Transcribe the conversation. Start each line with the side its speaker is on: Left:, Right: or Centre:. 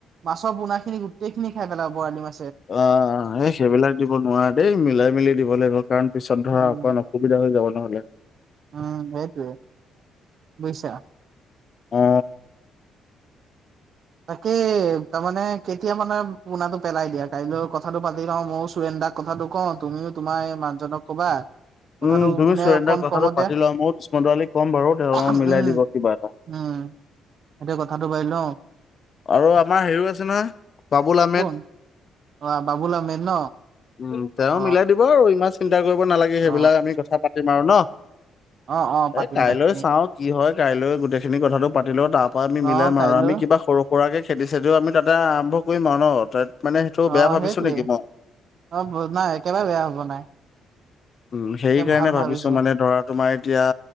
Right: মাছৰ পোনা খিনি গোটেই খিনি খাই পেলাব বৰালি মাছ।
Left: অ অ! সেইহ। সেইবিলাক দিব নোৱাৰা দেই মিলাই মেলি দিব লাগিব। কাৰণ পিছত ধৰা
Right: উম
Left: অকমান অসুবিধা হৈ যাব নহলে।
Right: উম সেইটোৱে বুইছা।
Left: অ অ।
Right: তাকে তাৰ মানে কেতিয়া মানে পোনাটো পেলাই দিয়া কাইলৈ কথাটো পাতি লওঁ মও চুৰেণ তাক কথাটো কওঁ তুমিও তোমাৰ এই মানুহজনক কবা। কথাটো
Left: উম তুমি
Right: কোনে
Left: চুৰেন্দ্ৰাৰ
Right: অকণ
Left: কথাটো
Right: কমতে
Left: পাতি লোৱা মও উষ্ম দোৱালী ক'ম বাৰু তেওঁ
Right: উম
Left: মিলাই দিব কিবা এটা।
Right: উম এতিয়া কথাটো বায়িল ন।
Left: আৰু আমাৰ হেৰিও আছে নহয় বাবুল আহমেদ।
Right: কোন অ বাবুলআহমেদ ন।
Left: উম তেওঁ
Right: অ
Left: মিলাই দিব আৰু ইমান চিন্তা কৰিব নালাগে
Right: অ
Left: সেইবিলাক আমি কথা পাতিম আৰু ন।
Right: অ অ পাতিম
Left: এ কাইলৈ
Right: পাতিম
Left: চাঁও কি হয়। কাইলৈ গোটেইখিনি কথাটো পাতি লওঁ তাৰ পা আমি মিলাম
Right: অ কাইলৈ
Left: আৰু আমি কিবা সৰ কৰাকে খেদিছেদদও আমি তাতে আৰম্ভ কৰিম আৰু ন তাত। মানে সেইটো
Right: অ
Left: বেয়া ভাবিছো
Right: সেইটোৱেই
Left: নেকি মই?
Right: অ ব নাই একেবাৰে বেয়া হব নাই।
Left: উঁ সেই
Right: একে
Left: কাৰণে
Right: ভাল
Left: ভাবিছো
Right: ভাবিছে
Left: মানে ধৰা তোমাৰ এতিয়া